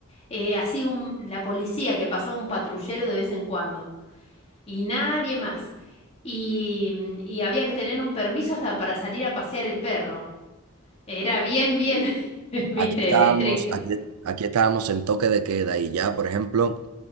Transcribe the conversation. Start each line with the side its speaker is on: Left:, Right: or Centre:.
Left: eh, así un, la policía que pasaba un patrullero de vez en cuando y nadie más. Y, mm, y había que tener un permiso hasta para salir a pasear el perro. Era bien, bien, <laughs> viste,
Right: Aquí estábamos,
Left: estricto.
Right: aquí, aquí estábamos en toque de queda y ya, por ejemplo,